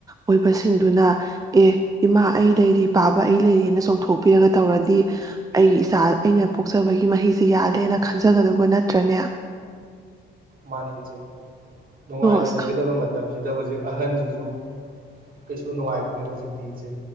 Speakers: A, on the right (about 20°); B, on the right (about 45°).
A: ꯑꯣꯏꯕꯁꯤꯡꯗꯨꯅ ꯑꯦ ꯏꯃꯥ ꯑꯩ ꯂꯩꯔꯤ ꯄꯥꯕ ꯑꯩ ꯂꯩꯔꯤꯅ ꯆꯣꯡꯊꯣꯛꯄꯤꯔꯒ ꯇꯧꯔꯗꯤ ꯑꯩꯒꯤ ꯏꯆꯥ ꯑꯩꯅ ꯄꯣꯛꯆꯕꯒꯤ ꯃꯍꯩꯁꯤ ꯌꯥꯜꯂꯦꯅ ꯈꯟꯖꯒꯗꯧꯕ ꯅꯠ ꯇ꯭ꯔꯅꯦꯌꯥ
B: ꯃꯥꯅꯤ ꯏꯆꯦ ꯫ ꯅꯨꯡꯉꯥꯏꯅ
A: ꯑꯁ
B: ꯂꯩꯒꯗꯕ
A: ꯈꯪ
B: ꯃꯇꯝꯁꯤꯗ ꯍꯧꯖꯤꯛ ꯑꯍꯟꯁꯤꯁꯨ ꯀꯩꯁꯨ ꯅꯨꯡꯉꯥꯏꯇ꯭ꯔꯦ ꯍꯧꯖꯤꯛꯇꯤ ꯏꯆꯦ꯫